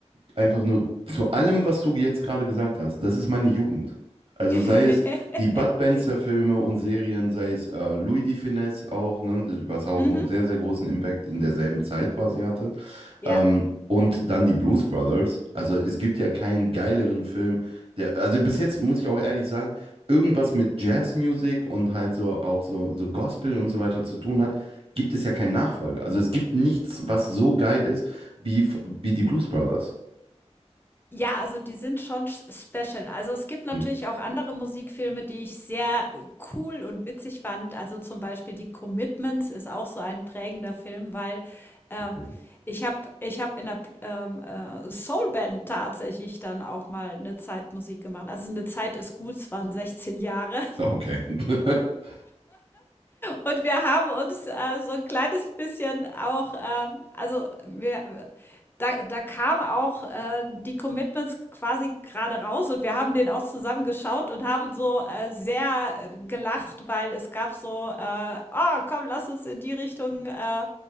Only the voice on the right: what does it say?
einfach nur zu allem, was du jetzt gerade gesagt hast, das ist meine Jugend. Also
sei es die Bud Spencer-Filme und Serien, sei es äh, Louis de Funès auch, ne, was auch
einen sehr, sehr großen Impact in derselben Zeit quasi hatte.
Ähm, und dann die Blues Brothers. Also es gibt ja keinen geileren Film, der, also bis jetzt muss ich auch ehrlich sagen, irgendwas mit Jazzmusik und halt so auch so, so Gospel und so weiter zu tun hat, gibt es ja keinen Nachfolger. Also es gibt nichts, was so geil ist wie, wie die Blues Brothers.
Und-
Okay.
Oh, Okay. <laughs>